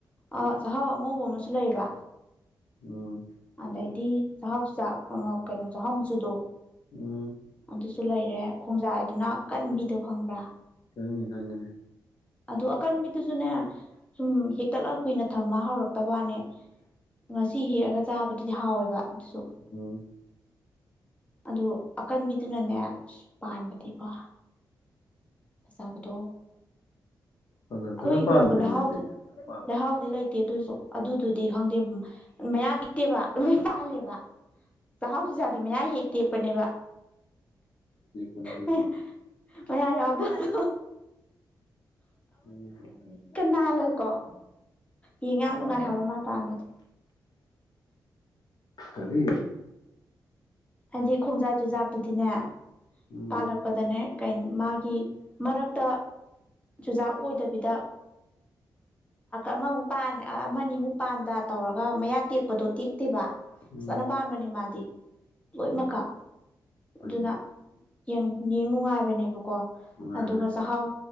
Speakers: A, on the left; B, on the left.
A: ꯑ ꯆꯥꯛꯍꯥꯎ ꯑꯉꯧꯕ ꯑꯃꯁꯨ ꯂꯩꯕ
B: ꯎꯝ
A: ꯑꯗꯩꯗꯤ ꯆꯥꯛꯍꯥꯎ ꯆꯥꯛ ꯀꯩꯅꯣ ꯆꯥꯛꯍꯥꯎꯁꯨꯗꯣ
B: ꯎꯝ
A: ꯑꯗꯨꯁꯨ ꯂꯩꯔꯦ ꯈꯣꯡꯖꯥꯏꯗꯨꯅ ꯀꯟꯕꯤꯗꯣ ꯈꯪꯕ꯭ꯔꯥ
B: ꯈꯪꯉꯤ ꯈꯪꯉꯤꯅꯦ
A: ꯑꯗꯨ ꯑꯀꯟꯕꯤꯗꯨꯁꯨꯅꯦ ꯁꯨꯝ ꯍꯦꯛꯇꯠꯂꯒ ꯀꯨꯏꯅ ꯊꯝꯃ ꯍꯧꯔꯛꯇꯕ ꯋꯥꯅꯦ ꯉꯁꯤ ꯍꯦꯛꯑꯒ ꯆꯥꯕꯗꯨꯗꯤ ꯍꯥꯎꯋꯦꯕ ꯑꯗꯨꯁꯨ
B: ꯎꯝ
A: ꯑꯗꯨ ꯑꯀꯟꯕꯤꯗꯨꯅꯅꯦ ꯑ ꯄꯥꯟꯕꯗꯤꯀꯣ ꯑꯖꯥꯕꯗꯣ <inaudible>
B: ꯐꯖ
A: ꯑꯩꯈꯣꯏ
B: ꯐꯖꯅ ꯄꯥꯟꯕꯅꯦ
A: ꯂꯝꯕꯨ ꯂꯩꯍꯥꯎꯗꯤ
B: ꯃꯣꯏꯗꯤ ꯄꯥꯟ
A: ꯂꯩꯍꯥꯎꯗꯤ ꯂꯩꯇꯦ ꯑꯗꯨꯁꯨ ꯑꯗꯨꯗꯨꯗꯤ ꯈꯪꯗꯦ ꯃꯌꯥ ꯇꯦꯛꯇꯦꯕ ꯂꯣꯏ ꯇꯥꯜꯂꯦꯕ ꯆꯥꯛꯍꯥꯎ ꯆꯤꯖꯥꯛꯥꯗꯤ ꯃꯌꯥ ꯍꯦꯛ ꯇꯦꯛꯄꯅꯦꯕ
B: ꯇꯦꯛꯄꯅꯤ ꯇꯦꯛꯄꯅꯤ
A: ꯃ ꯃꯌꯥ ꯌꯥꯎꯗꯗꯣ
B: ꯎꯝ
A: ꯅꯥꯜꯂꯒꯀꯣ ꯌꯦꯡ ꯌꯥꯝ
B: ꯑꯃ
A: ꯅꯨꯡꯉꯥꯏ
B: ꯑꯉꯥꯡ
A: ꯍꯥꯏꯕ ꯃꯥ ꯇꯥꯅꯗ
B: ꯀꯔꯤ
A: ꯍꯥꯏꯗꯤ ꯈꯣꯡꯖꯥ ꯆꯨꯖꯥꯛꯇꯨꯗꯤꯅꯦ
B: ꯎꯝ
A: ꯄꯥꯜꯂꯛꯄꯗꯅꯦ ꯀ ꯃꯥꯒꯤ ꯃꯔꯛꯇ ꯆꯨꯖꯥꯛ ꯑꯣꯏꯗꯕꯤꯗ ꯑꯃꯃꯨꯛ ꯄꯥꯟ ꯑꯃꯅꯤꯃꯨꯛ ꯄꯥꯟꯗ ꯇꯧꯔꯒ ꯃꯌꯥ ꯇꯦꯛꯄꯗꯣ ꯇꯦꯛ ꯠꯇꯦꯕ
B: ꯎꯝ
A: ꯐꯖꯅ ꯄꯥꯟꯕꯅꯦ ꯃꯥꯗꯤ ꯂꯣꯏꯃꯛꯀ
B: ꯎꯝ ꯍꯣꯏꯅꯦ
A: ꯑꯗꯨꯅ ꯌꯦꯡ ꯅꯨꯡꯉꯥꯏꯕꯅꯦꯕꯀꯣ
B: ꯅꯨꯡꯉꯥꯏꯕꯅꯤ
A: ꯑꯗꯨꯒ
B: ꯅꯨꯡꯉꯥꯏꯕꯅꯤ
A: ꯆꯥꯛꯍꯥꯎ